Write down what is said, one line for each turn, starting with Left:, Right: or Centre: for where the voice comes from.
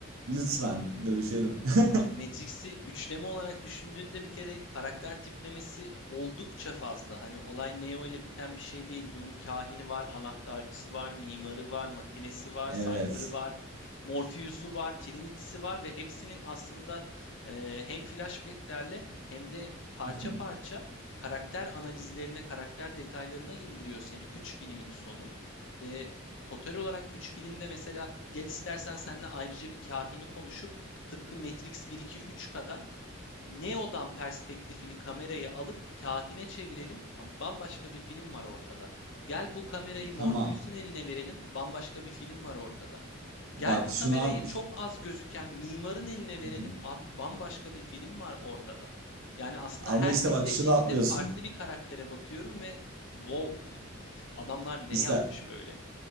Right: Lütfen dövüşelim. <laughs>
Left: Abi Matrix'i üçleme olarak düşündüğünde bir kere karakter tiplemesi oldukça fazla. Hani olay Neo ile biten bir şey değil. Bunun kahini var, anahtarcısı var, mimarı var, makinesi var,
Right: Evet.
Left: Cypher'ı var, Morpheus'u var, Trinity'si var ve hepsinin aslında eee, hem flashback'lerle hem de
Right: <laughs>
Left: parça parça karakter analizlerine, karakter detaylarına indiriyor seni 3 filmin sonu. Ve total olarak 3 filmde mesela gel istersen seninle ayrıca bir kahini konuşup Tıpkı Matrix 1-2-3 kadar Neo'dan perspektifini kamerayı alıp kahine çevirelim. Abi bambaşka bir film var ortada. Gel bu kamerayı Morpheus'un
Right: Tamam.
Left: eline verelim. Bambaşka bir film var ortada.
Right: Bak
Left: Gel bu
Right: şunu
Left: kamerayı
Right: al.
Left: çok az gözüken mimarın eline verelim.
Right: <laughs>
Left: Abi bambaşka bir film var ortada. Yani aslında
Right: Ama
Left: her
Right: işte
Left: izlediğimde
Right: bak şunu atlıyorsun.
Left: farklı bir karaktere bakıyorum ve wow hani adamlar ne
Right: İşte
Left: yapmış böyle?